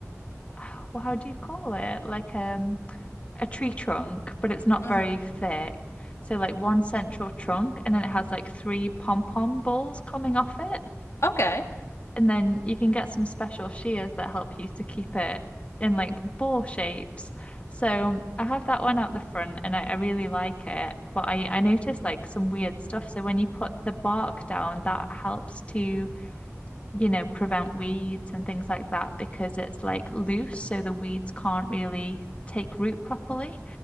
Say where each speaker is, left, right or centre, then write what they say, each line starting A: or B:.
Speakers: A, on the left (about 25°); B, on the left (about 60°).
A: <sighs> well, how do you call it? Like um a tree trunk, but it's not
B: mm
A: very
B: hmm
A: thick. So like one central trunk, and then it has like three pom pom balls coming off it.
B: Okay.
A: And then you can get some special shears that help you to keep it in like ball shapes. So I have that one out the front and I, I really like it. But I, I noticed like some weird stuff. So when you put the bark down, that helps to, you know, prevent weeds and things like that because it's like loose. So the weeds can't really take root properly.